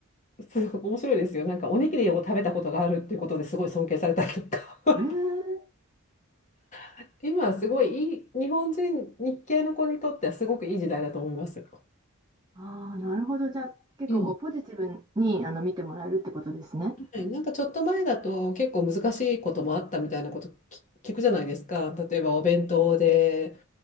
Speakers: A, on the left; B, on the right.
A: すごく面白いですよ、なんかおにぎりを食べたことがあるっていうことですごい尊敬されたりとか、
B: ええ
A: <laughs> 今はすごいいい、日本人、日系の子にとってはすごくいい時代だと思います。
B: ああ、なるほど。じゃあ、結構こうポジティブにあの見てもらえるってことですね。
A: うんはいなんかちょっと前だと結構難しいこともあったみたいなことき聞くじゃないですか。例えばお弁当で